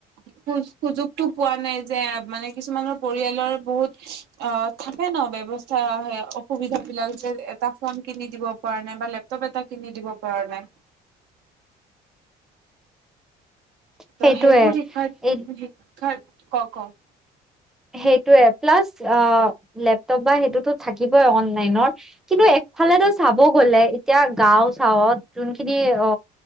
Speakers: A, on the right (about 85°); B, in the centre.
A: সু সুযোগটো পোৱা নাই যে মানে কিছুমানৰ পৰিয়ালৰ বহুত অ থাকে ন ব্যৱস্থা সেয়া অসুবিধা বিলাক যে এটা ফৰ্ম কিনি দিব পৰা নাই বা লেপ টব এটা কিনি দিব পৰা নাই
B: সেইটোয়ে
A: ত সেইবোৰ শিক্ষাৰ্
B: এই
A: শিক্ষাৰ কক কক
B: সেইটোয়ে প্লাছ অ লেপটপ বা সেইটোতো থাকিবই অনলাইনৰ কিন্তু একফালেতো চাব গলে এতিয়া গাওঁ চাওঁত যোনখিনি অ